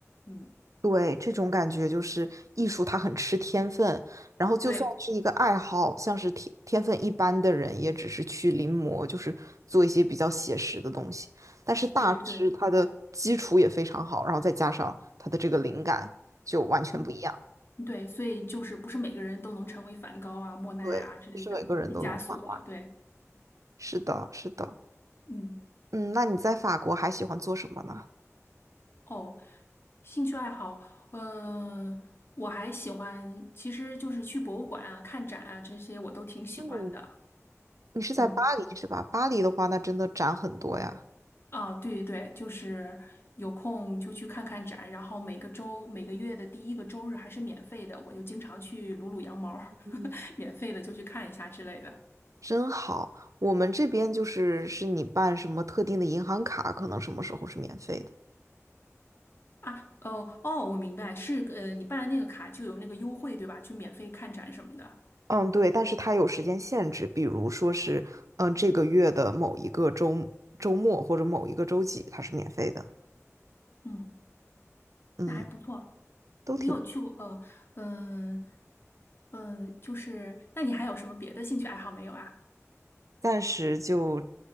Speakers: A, on the left (about 45°); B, on the right (about 80°).
A: 嗯，
B: 对，这种感觉就是艺术，它很吃天分。然后，就算是一个爱好，
A: 对
B: 像是天天分一般的人，也只是去临摹，就是做一些比较写实的东西。但是大师他的基础也非常好，
A: 对对对，
B: 然后再加上他的这个灵感，就完全不一样。
A: 嗯对，所以就是不是每个人都能成为梵高啊、莫奈啊之类的，
B: 对，不是每个人都能画画。
A: 毕加索啊，对，
B: 是的，是的。
A: 嗯。
B: 嗯，那你在法国还喜欢做什么呢？
A: 哦，兴趣爱好，嗯、我还喜欢，其实就是去博物馆啊、看展啊这些，我都挺喜欢的。
B: 嗯，你是在巴黎是吧？
A: 嗯，
B: 巴黎的话，那真的展很多呀。
A: 啊，对对对，就是有空就去看看展，然后每个周、每个月的第一个周日还是免费的，我就经常去撸撸羊毛儿，
B: 嗯。
A: <laughs> 免费的就去看一下之类的。
B: 真好。我们这边就是是你办什么特定的银行卡，可能什么时候是免费的。
A: 啊，哦哦，我明白，是呃，你办了那个卡就有那个优惠，对吧？就免费看展什么的。
B: 嗯，对，但是它有时间限制，比如说是，嗯，这个月的某一个周周末或者某一个周几，它是免费的。
A: 嗯，
B: 嗯，
A: 那还不错。
B: 都挺，
A: 你有去过呃嗯嗯，就是那你还有什么别的兴趣爱好没有啊？
B: 暂时就